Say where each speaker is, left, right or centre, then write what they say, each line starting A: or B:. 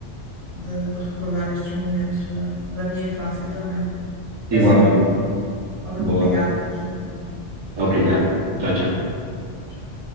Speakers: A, on the right; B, on the right.
A: de, de recordar estes momentos da, da minha infância também.
B: Igualmente.
A: É sempre bom. Obrigada
B: Boa.
A: por este bocadinho.
B: Obrigado. Tchau, tchau.
A: Tchau.